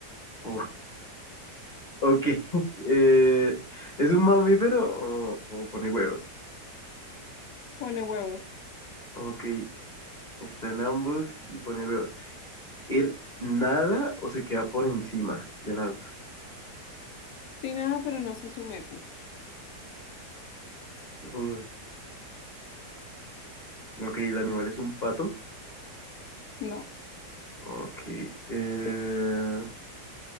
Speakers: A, on the left; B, on the left.
A: Uf, ok. <laughs> Eh, ¿es un mamífero o, o pone huevos?
B: Pone huevos.
A: Ok, está en ambos y pone huevos. ¿Él nada o se queda por encima del agua?
B: Sin nada, pero no se sumerge.
A: Uy, ok, ¿el animal es un pato?
B: No.
A: Ok. eh,